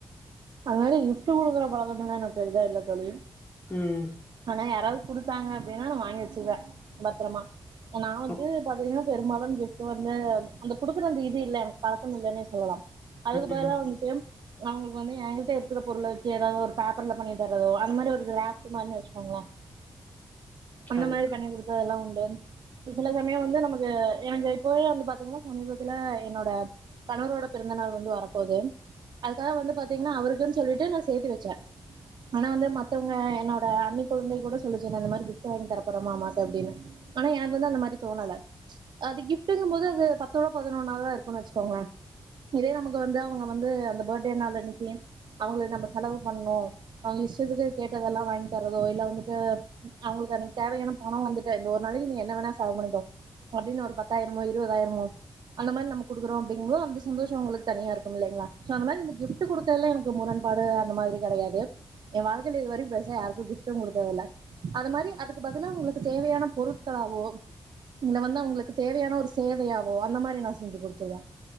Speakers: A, on the right; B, on the left.
A: அது மாரி கிஃப்ட்டு குடுக்குற பழக்கோ எல்லா எனக்கு பெரிதா இல்ல தோழி
B: ம்.
A: ஆனா யாராவது குடுத்தாங்க அப்டின்னா நா வாங் வாங்கி வெச்சுப்ப பத்தரமா நா வந்து
B: ஒ
A: பாத்தீங்கன்னா பெரும்பாலு கிஃப்ட்டு வந்து அந்த குடுக்குற அந்த இது இல்ல எனக்கு பழக்கம் இல்லன்னு சொல்லலாம் அதுக்கு
B: ம்.
A: பதிலா வன்ட்டு அவங்களுக் ஒண்ணு ஏங்கிட்ட இருக்குற பொருள வெச்சு ஏதாவது ஒரு பேப்பர்ல பண்ணி தரதோ அந்த மாரி ஒரு கிராஃப்ட்டு மாரி வெச்சுக்கோங்களே அந்த
B: கண்டிப்பா.
A: மாரி பண்ணி குடுத்தாதா உண்டு இ சில சமயோ வந்து நமக் எ எனக்கு இப்பவே வந்து பாத்தீங்கன்னா சமீபத்துல என்னோட கணவரோட பிறந்தநாள் வந்து வரப்போது அதுக்காக வந்து பாத் பாத்தீங்கன்னா அவருக்குன்னு சொல்லிட்டு நா சேத்து வெச்ச ஆனா வந்து மத்தவங்க என்னோட அன்னி கொழந்தை கூட சொல்லுச்சு நா இந்த மாரி கிஃப்ட் வாங்கி தர போற மாமாக்கு அப்டின்னு ஆனா எனக்கு வந்து அந்த மாரி தோணல அது கிஃப்டுங்கும் போது அது பத்தோட பதினொன்னாவாதா இருக்குன் வெச்சுக்கோங்களே இதே நமக்கு வந்து அவங்க வந்து அந்த போட்டே நாள் அன்னிக் க்கு அவுங்களுக்கு நம்ம செலவு பண்ணோ அவுங்க இஷ்டத்துக்கு கேட்டதெல்லா வாங்கி தரதோ இல்ல வந்துட்டு அவுங்களுக்கு அன்னிக்கு தேவையான பணோ வந்துட்டு இந்த ஒரு நாளைக்கு நீங்க என்ன வேணா செலவு பண்ணிக்கோ அப்டின் ஒரு பத்தாயிரமோ இருவதாயிரமோ அந்த மாரி நம்ம குடுக்குறோ அப்டிங்கும்போது அந்த சந்தோஷோ அவுங்களுக்கு தனியா இருக்கும் இல்லைங்களா அந்த மாரி கிஃப்ட கிஃப்ட் குடுறதுல எனக்கு முரண்பாடு அந்த மாதிரி கெடையாது எ வாழ்கையில இது வரைக்கு பெருசா யாருக்கு கிஃப்ட்டு குடுத்ததில்ல அது மாரி அதுக்கு பதிலா அவங்களுக்கு தேவையான பொருட்களாவோ இது வந்து அவங்களுக்கு தேவையான ஒரு சேவையாவோ அந்த மாரி நா செஞ்சு குடுத்துருவ